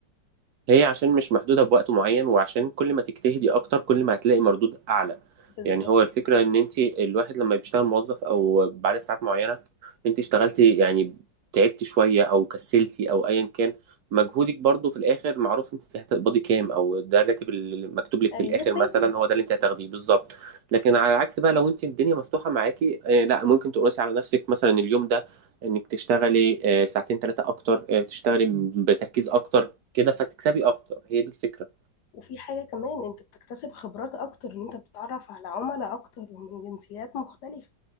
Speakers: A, on the right; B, on the left.
A: هي عشان مش محدودة بوقت معين وعشان كل ما تجتهدي أكتر كل ما هتلاقي مردود أعلى
B: بالظبط
A: يعني هو الفكرة إن أنت الواحد لما بيشتغل موظف أو بعد ساعات معينة أنت اشتغلتي يعني تعبتي شوية أو كسلتي أو أيا كان مجهودك برضو في الآخر معروف أنت هتقبضي كام أو ده الراتب اللي مكتوب لك
B: غير
A: في الآخر مثلا
B: راتب
A: هو ده اللي أنت هتاخديه بالظبط لكن على العكس بقى لو أنت الدنيا مفتوحة معاكي آه، لا ممكن تقرسي على نفسك مثلا اليوم ده انك تشتغلي آه، ساعتين ثلاثة اكتر آه، تشتغلي بتركيز اكتر كده فتكسبي اكتر هي دي الفكرة
B: وفي حاجة كمان انت بتكتسب خبرات اكتر ان انت بتتعرف على عملاء اكتر ومن جنسيات مختلفة